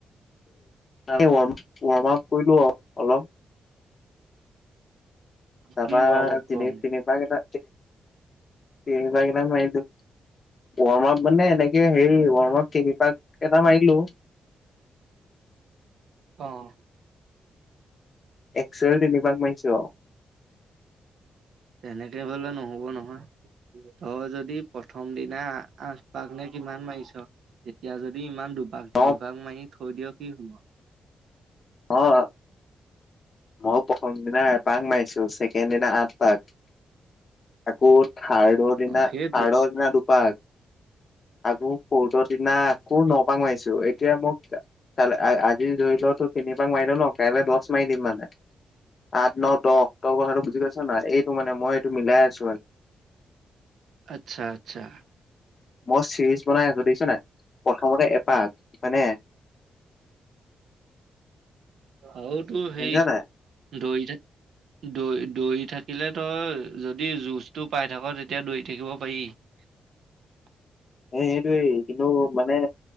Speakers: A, on the left; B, on the right.
A: ৱাৰ্ম আপ কৰিলো অলপ। তাৰপা
B: কি ৱাৰ্ম আপ কৰিম
A: তিনি তিনিপাক তিনিপাক এটা তিনিপাক এটা মাৰিলো, ৱৰ্মাপ মানে এনেকে হেৰি ৱৰ্মাপ কে পাক এটা মাৰি দিলো।
B: অ'
A: একচুৱেল নভাক মাৰিছো অ <unintelligible>
B: তেনেকে হ'লে নহব নহয়। তই যদি প্ৰথম দিনা আঠ পাক নে কিমান মাৰিছ, তেতিয়া যদি ইমান দু বাঘ
A: ন
B: নি বাঘ মাৰি থৈ দিয়ক কি হব <unintelligible>
A: অ' মইয়ো প্ৰথম দিনা এপাক মাৰিছো, ছেকেণ্ড দিনা আঠ পাক। আকৌ থাৰ্ডৰ দিনা
B: অ' সেইটোৱে
A: থাৰ্ডৰ দিনা দুপা <unintelligible> আকৌ ৰ্ফটৰ দিনা আকৌ ন পাক মাৰিছো এতিয়া মোক কাল আজি ধৰি লওতো তিনি পাক মাৰিলো ন কাইলৈ দছ পাক মাৰি দিম মানে। আঠ ন দহ তই কথাটো বুজি পাইছা ন, এইটো মানে মই এইটো মিলাই আছো মানে।
B: আচ্ছা আচ্ছা
A: মই চিৰিজ বনাই আছো দেখিছনে নাই, প্ৰথমতে এপাক, হয়নে
B: আৰুতো সেই
A: শুনিছ নাই
B: দৰি থা দৈ দৈৰি থাকিলে তই যদি জুচটো পাই থাক তেতিয়া দৰি থাকিব পাৰি। <unintelligible>
A: হে সেইটোৱেই কিন্তু মানে